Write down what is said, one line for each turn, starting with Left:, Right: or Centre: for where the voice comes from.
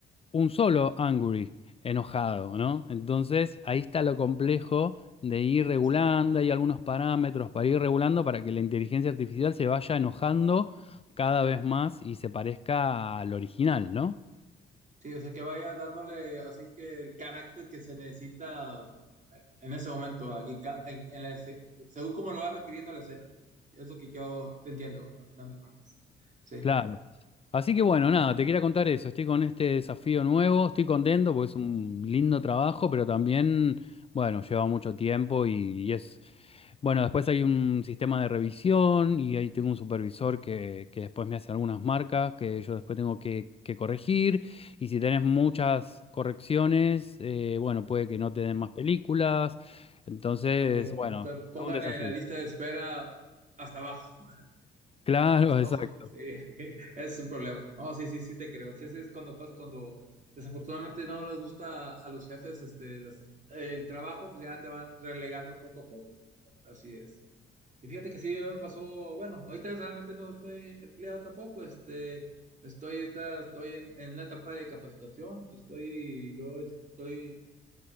Left: un solo angry enojado, ¿no? Entonces ahí está lo complejo de ir regulando,
Right: Sí,
Left: hay algunos parámetros para ir regulando para que la inteligencia artificial se vaya enojando cada vez más y se parezca al original, ¿no?
Right: sí, o sea, que vaya dándole así que el carácter que se necesita eh, en ese momento, aquí, ca- en, en la esce- según como lo va requiriendo la escena. Es lo que yo te entiendo, a final de cuentas. Sí.
Left: Claro. Así que bueno, nada,
Right: Ah, no.
Left: te quería contar eso. Estoy con este desafío nuevo, estoy contento porque es un lindo trabajo, pero también, bueno, lleva mucho tiempo y, y es... Bueno, después hay un sistema de revisión y ahí tengo un supervisor que, que después me hace algunas marcas que yo después tengo que, que corregir. Y si tenés muchas correcciones, eh, bueno, puede que no te den más películas. Entonces,
Right: No, no te,
Left: bueno,
Right: te pongan
Left: todo un desafío.
Right: en la lista de espera hasta abajo. <laughs>
Left: Claro,
Right: Hasta
Left: exacto.
Right: abajo. Sí, <laughs> es un problema. No, sí, sí, sí te creo. Sí, sí, es cuando pasa, cuando desafortunadamente no les gusta a los jefes este, las, el trabajo, pues ya te van relegando poco a poco. ¿no? Así es. Y fíjate que sí me pasó, bueno, ahorita realmente no estoy empleado tampoco, este, estoy, ahorita estoy en, en una etapa de capacitación, estoy, yo estoy